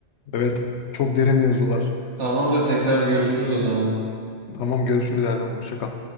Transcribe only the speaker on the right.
Tamamdır tekrar görüşürüz o zaman.